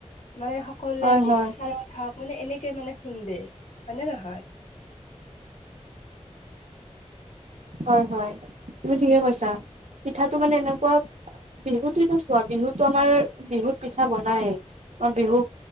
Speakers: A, on the left (about 75°); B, on the right (about 70°).
A: মানে কলে
B: হয়
A: মিক্সাৰত
B: হয়
A: হওঁক মানে এনেকে মানে শুন্দে হয় নে নহয়।
B: হয়, হয় তুমি ঠিকে কৈছা পিঠাটো মানে এনেকুৱা বিহুতোটো চোৱা বিহুতো আমাৰ বিহুত পিঠা বনায়। অ', বিহু